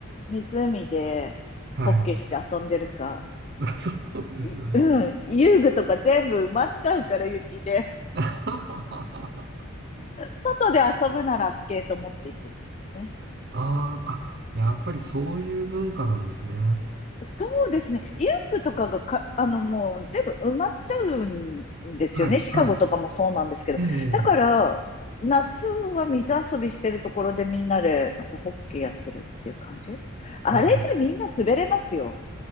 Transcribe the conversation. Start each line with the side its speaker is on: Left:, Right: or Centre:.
Left: 湖でホッケーして遊んでるか、
Right: はい。<laughs> そうですよね。
Left: いうん、遊具とか全部埋まっちゃうから雪で、
Right: <laughs> あ
Left: 外で遊ぶならスケート持っていく。ね
Right: ーあ、やっぱりそういう文化なんですね。
Left: そうですね。遊具とかがか、あの、もう全部埋まっちゃうんですよね。
Right: はい、
Left: シカゴとかもそうなんですけど。
Right: はい。ええ、
Left: だから、夏は水遊びしてるところでみんなで、なんかホッケーやってるっていう感じあれじゃみんな滑れますよ。
Right: ええ。